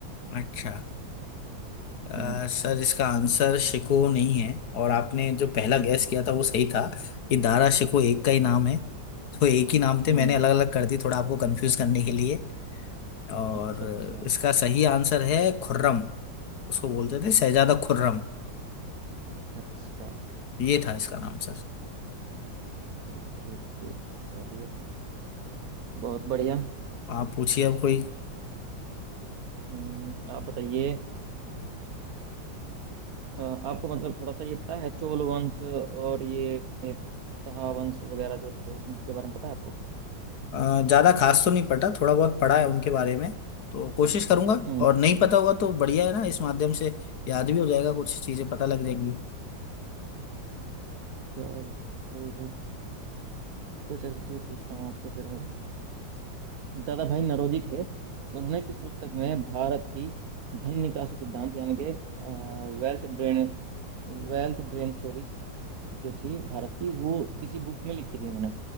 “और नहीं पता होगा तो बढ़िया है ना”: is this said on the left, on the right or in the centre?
Left